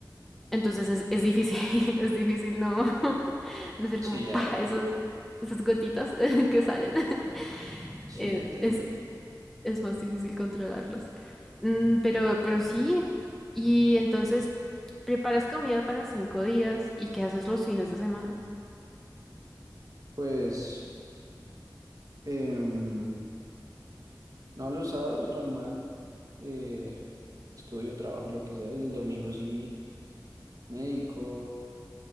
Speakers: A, in the centre; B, on the right (about 50°).
A: Entonces es, es difícil, <laughs> es difícil no, <laughs> no ser
B: Sí,
A: como
B: ya,
A: pa, esos, esas gotitas <laughs> que salen. <laughs>
B: sí,
A: Eh,
B: ya entendí.
A: es, es más difícil controlarlos. Mm, pero,
B: Sí, claro.
A: pero sí, y entonces preparas comida para cinco días y qué haces los fines de semana
B: Pues, em, no, los sábados normal, eh, estudio, trabajo, lo que sea, y el domingo sí me dedico